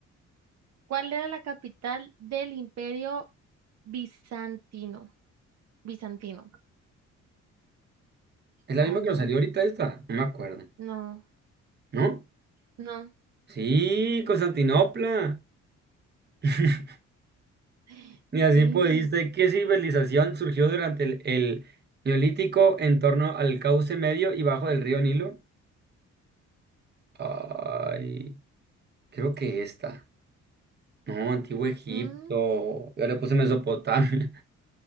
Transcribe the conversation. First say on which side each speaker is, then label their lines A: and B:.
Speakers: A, on the right; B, on the right.
A: ¿Cuál era la capital del Imperio Bizantino? Bizantino.
B: Es la
A: A
B: misma
A: ver,
B: que nos salió ahorita esta. No me acuerdo.
A: no,
B: ¿No?
A: no.
B: Sí, Constantinopla. <laughs>
A: <gasps>
B: Y así
A: Sí.
B: pudiste. ¿Qué civilización surgió durante el, el Neolítico en torno al cauce medio y bajo del río Nilo? Ay. Creo que esta. No, Antiguo Egipto.
A: Mm,
B: Yo le puse Mesopotamia.